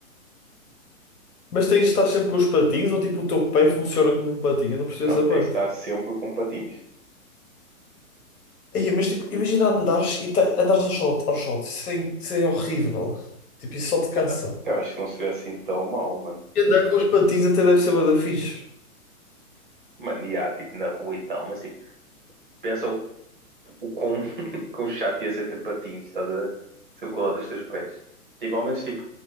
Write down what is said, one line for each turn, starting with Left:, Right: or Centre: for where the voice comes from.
Left: Mas tens, estás sempre com os patins ou tipo o teu pé funciona como um patinho? Eu não percebo
Right: Não,
Left: essa
Right: tens
Left: parte.
Right: de estar sempre com patins.
Left: Ei, mas tipo, imagina andares e ta- andares ao sol, ao sol. Isso é, in- isso é horrível. Tipo, isso só te cansa.
Right: Mano, eu acho que não seria assim tão mau, mano.
Left: E andar com os patins até deve ser bué da fixe.
Right: Mano, e há, tipo, na rua e tal, mas tipo, pensa o o quão, <laughs> quão chato ia ser ter patins, estás a ver? Ser o colar dos teus pés. Tipo, ao menos, tipo,